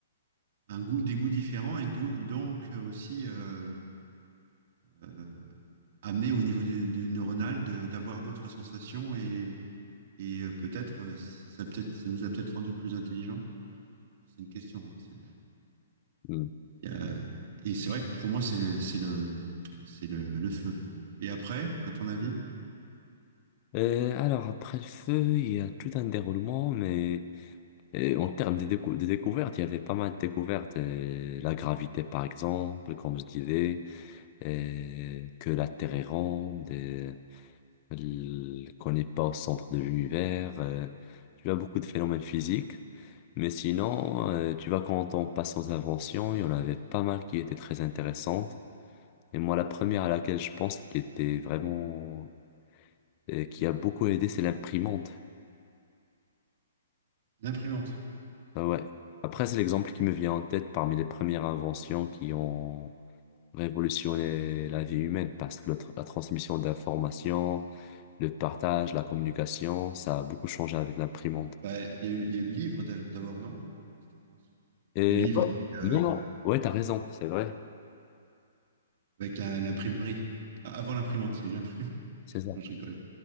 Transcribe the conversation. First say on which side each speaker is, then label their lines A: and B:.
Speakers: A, on the right; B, on the left.
A: un goût, des goûts différents et d'où- donc euh, aussi euh, euh, amené au niveau du, du neuronal de- d'avoir d'autres sensations et, et euh, peut-être euh, ça, ça peut-être ça nous a peut-être rendu plus intelligents. Bon, C'est une question, hein, c'est
B: Mm.
A: y a- Et c'est vrai que pour moi, c'est c'est le, c'est le, le feu. Et après, à ton avis,
B: Euh, alors, après le feu, il y a tout un déroulement, mais euh, en termes de, décou- de découvertes, il y avait pas mal de découvertes. Euh, la gravité, par exemple, comme je disais, euh, que la Terre est ronde, euh, l- qu'on n'est pas au centre de l'univers. euh, tu as beaucoup de phénomènes physiques. Mais sinon, euh, tu vois, quand on passe aux inventions, il y en avait pas mal qui étaient très intéressantes. Et moi, la première à laquelle je pense qui était vraiment, et qui a beaucoup aidé, c'est l'imprimante.
A: l'imprimante.
B: Ah ouais. Après, c'est l'exemple qui me vient en tête parmi les premières inventions qui ont révolutionné la vie humaine, parce que le tr- la transmission d'informations, le partage, la communication, ça a beaucoup changé avec l'imprimante.
A: Bah, il y a eu, il y a eu le livre d'a- d'abord, non? Qu'est-ce que t'en penses?
B: Et
A: Le livre
B: non,
A: avec, euh,
B: non, ouais, t'as raison, c'est vrai.
A: avec la- l'imprimerie. Ah, Avant l'imprimante, il y a eu l'imprimerie. <laughs>
B: C'est ça.
A: Non, je rigole.